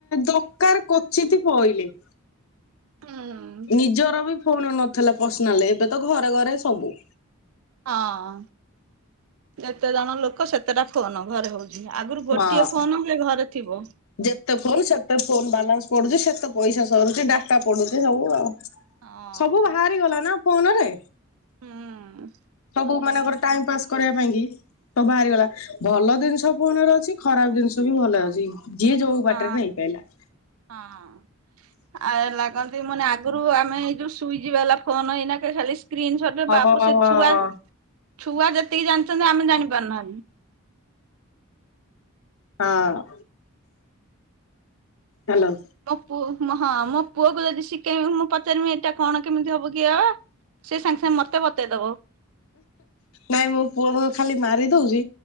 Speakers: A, on the left (about 75°); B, on the right (about 75°).
A: ଦରକାର କୋଚିତ୍ ପଇଲେ।
B: ହୁଁ ହ।
A: ନିଜର ବି ଫୋନ ନଥିଲା ପର୍ସନାଲ ଏବେ ତ ଘରେ ଘରେ ସବୁ।
B: ହଁ ଯେତେ ଜଣ ଲୋକ ସେତେଟା ଫୋନ ଘରେ ହଉଛି। ଆଗରୁ ଗୋଟିଏ
A: ହଁ।
B: ଫୋନ ସେ ଘରେ ଥିବ।
A: ଯେତେ ଫୋନ୍ ସେତେ ଫୋନ୍ ବାଲାନ୍ସ ପଡୁଛି ସେତେ ପଇସା ସରୁଛି ଡାଟା ପଡୁଛି ସବୁ ଆଉ
B: ହଁ
A: ସବୁ ବାହାରି ଗଲା ନା ଫୋନ ରେ
B: ହୁଁ।
A: ସବୁ ମାନଙ୍କର ଟାଇମ ପାସ୍ କରିବା ପାଇଁ କି? ତ ବାହାରିଗଲା ଭଲ ଜିନିଷ ପୁଣିରେ ଅଛି ଖରାପ ଜିନିଷ ବି ଭଲରେ ଅଛି। ଯିଏ ଯୋଉ
B: ହଁ
A: ବାଟରେ ନେଇ ପାଇଲା।
B: ହଁ। ଆ ଲାଗନ୍ତି ମାନେ ଆଗରୁ ଆମେ ଏଇ ଯୋଉ ସୁଇଚ ବାଲା ଫୋନ ଏଇନା ଖାଲି ସ୍କ୍ରିନ୍ ସଟ୍। ଗୋଟେ
A: ହଁ।
B: ବାବୁ ସେ
A: ହଁ
B: ଛୁଆ ଛୁଆ ଯେତିକି ଜାଣିଛନ୍ତି ଆମେ ଜାଣିପାରୁନାହାନ୍ତି।
A: ହଁ ହାଲୋ।
B: ମୋ ପୁଅ ହଁ ମୋ ପୁଅକୁ ଯଦି ଶିଖେଇବି ମୁଁ ପଚାରିବି ଏଇଟା କଣ କେମିତି ହବ କି ବାବା? ସେ ସାଙ୍ଗେ ସାଙ୍ଗେ ମତେ ବତେଇଦବ।
A: ନାଇଁ ମୁଁ ମୋ ପୁଅକୁ ଖାଲି ମାରି ଦଉଛି।